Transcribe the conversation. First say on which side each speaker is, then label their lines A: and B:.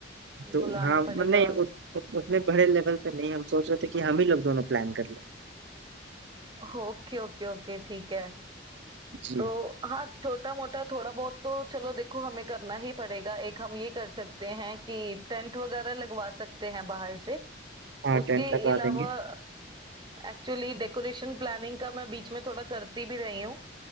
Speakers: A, on the right (about 70°); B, on the right (about 25°).
A: तो
B: बुलाना
A: हाँ मतलब
B: पड़ेगा
A: नहीं उत, उत, उतने बड़े लेवल पे नहीं हम सोच रहे थे कि हम ही लोग दोनों प्लान कर लें
B: ओके ओके ओके ठीक है
A: जी
B: तो हाँ छोटा मोटा थोड़ा बहुत तो चलो देखो हमें करना ही पड़ेगा एक हम ये कर सकते हैं कि टेंट वगैरह लगवा सकते हैं बाहर से
A: हाँ
B: उसके
A: टेंट लगवा
B: अलावा
A: देंगे
B: एक्चुअली डेकोरेशन प्लानिंग का मैं बीच में थोड़ा करती भी रही हूँ